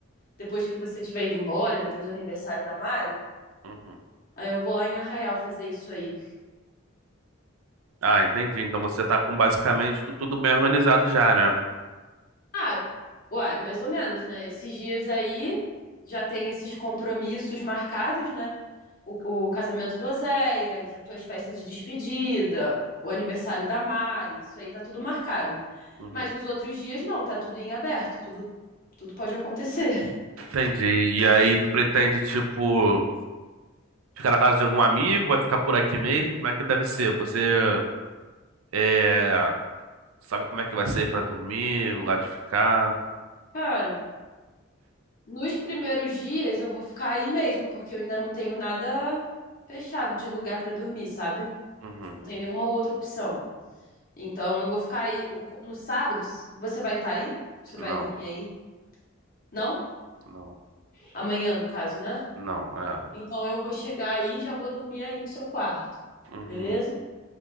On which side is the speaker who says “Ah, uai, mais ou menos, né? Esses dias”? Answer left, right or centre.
Left